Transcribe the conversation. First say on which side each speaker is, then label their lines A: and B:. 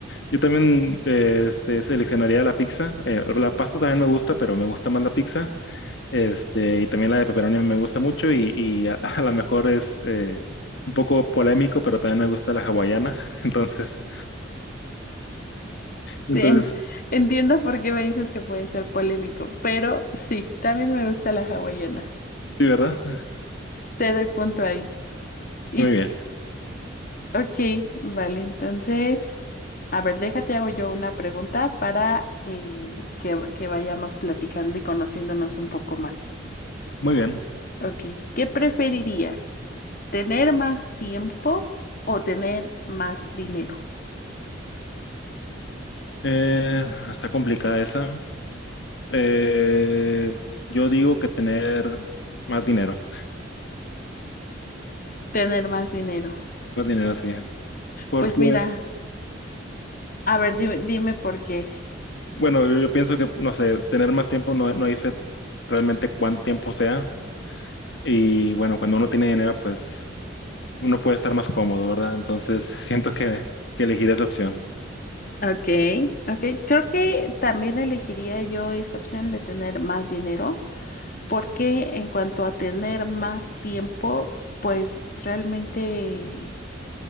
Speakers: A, on the left; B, on the left.
A: Yo también eh, este, seleccionaría la pizza. Eh, la pasta también me gusta, pero me gusta más la pizza. Este, y también la de pepperoni me gusta mucho y, y a, <laughs> a lo mejor es eh, un poco polémico, pero también me gusta la hawaiana. <laughs> Entonces, entonces,
B: Sí, en- entiendo por qué me dices que puede ser polémico, pero sí, también me gusta la hawaiana.
A: sí, ¿verdad?
B: Te doy punto ahí. Y,
A: Muy bien,
B: ok, vale, entonces, a ver, déjate, hago yo una pregunta para eh, que, que vayamos platicando y conociéndonos un poco más.
A: muy bien.
B: Ok, ¿qué preferirías? ¿Tener más tiempo o tener más dinero?
A: Eh, está complicada esa. Eh, yo digo que tener más dinero,
B: Tener más dinero.
A: más dinero, sí. Porque,
B: Pues mira, a ver, dime, dime por qué.
A: bueno, yo pienso que, no sé, tener más tiempo no, no dice realmente cuánto tiempo sea. Y bueno, cuando uno tiene dinero, pues uno puede estar más cómodo, ¿verdad? Entonces, <laughs> siento que, que elegiré esa opción.
B: Ok, ok. Creo que también elegiría yo esa opción de tener más dinero, porque en cuanto a tener más tiempo, pues realmente,